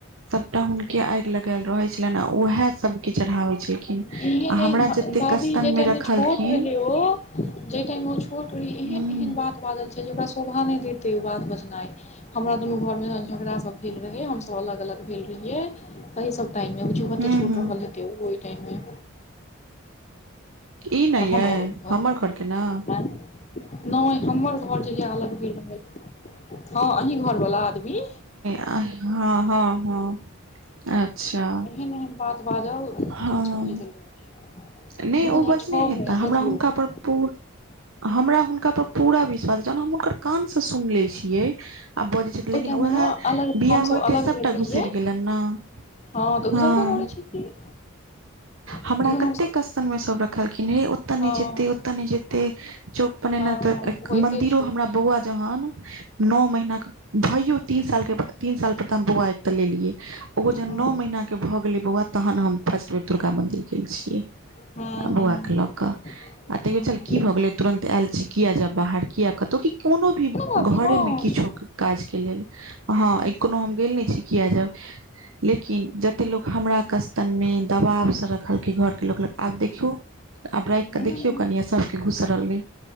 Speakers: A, on the right (about 70°); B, on the left (about 35°).
A: सबटा हुनके आगि लगेल रहे छलनि, आ उऐह सब के चढ़ाबे छलखिन।
B: ऐहन-
A: आ
B: ऐहन
A: हमरा जते
B: बाजि,
A: कस्तन
B: जय टाइम
A: मे रखलखिन
B: में छोट रहय ओ। जाहि टाइम ओ छोट रहय, एहन
A: हू
B: -एहन बात। बाजल छै, जे ओकरा शोभा नय देते, ओ बात बचनाइ, हमरा दुनू घर में झगड़ा सब भेल रहय, हमसब अलग- अलग भेल रहिये। तहि सभ टाइममे, बुजहु कते
A: हू
B: छोट रहल हेतै, ओ ओहि टाइम में।
A: ई ने
B: तहन
A: यै
B: ओ आंय
A: हमर घर के ने
B: नहि हमर घर जहिया अलग भेल रहय, हँ अही घर वाला आदमी।
A: आ हँ -हँ- हँ। अच्छा
B: एहन एहन बात बाजल
A: हँ।
B: जे किछु कहैके लेल नहि
A: नहि
B: दू
A: ओ
B: हजार
A: बजने
B: छओ
A: हेता,
B: मे सोचियौ
A: हमरा हुनका
B: ओहि
A: पर पू हमरा हुनका पर पूरा विश्वास अय, जखन हम हुनकर कान स सुन ले छिय। आब बजे छथि, लेकिन
B: टाइम
A: उऐह
B: मे ने अलग
A: बियाह
B: हमसभ
A: होइते,
B: अलग
A: सभटा
B: भेल रहियै
A: घुसरि गेलनि न।
B: हँ तऽ
A: हँ
B: गुजरबे करै छथिन
A: हमरा
B: तखन
A: क
B: हमसभ
A: एते कस्तन मे सब रखलखिन, हे ओतऽ नहि
B: हँ
A: जेते ओतऽ नहि जेते। चौक प ऐना
B: हँ
A: त
B: होइते
A: मंदिरो,
B: छै
A: हमरा बौआ जहन न महीना के भैयो तीन साल के बा, तीन साल पर तऽ हम बौआ अत लेल ऐह, ओ जहन
B: हँ
A: न महीना के भऽ गेलै बौआ तहन हम फर्स्ट बेर, दुर्गा मन्दिर गेल छिय।
B: हँ हँ
A: बौआ के लक, आ
B: हँ
A: तैयो चल की भऽ गेलै, तुरन्त आयल छी किये जेब बाहर किया कतहु की कोनो भी
B: बात नहि
A: घरे में, किछु काज के लेल हँ कोनो हम गेल नहि छी किये जेब लेकिन जते लोग हमरा कस्तन में, दबाव स रखल के घर के लोग लग आब देखियौ, आब राखिक
B: हँ
A: देखियौ, कनि आ सबके घुसरल गै।